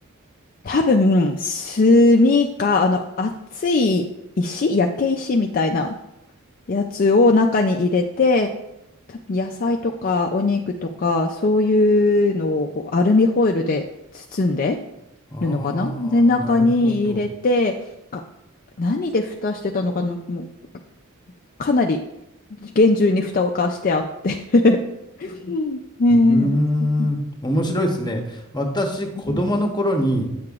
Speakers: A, on the left; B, on the left.
A: 多分、炭か、あの、熱い石、焼け石みたいなやつを中に入れて、多分野菜とかお肉とか、そういうのをこうアルミホイルで包んで
B: ああー、
A: るのかなで、中に入れて、
B: なるほど。
A: が何で蓋してたのかなもう、かなり厳重に蓋をかしてあって <laughs> うんねえ
B: うーん、面白いですね。私、子供の頃に、
A: うん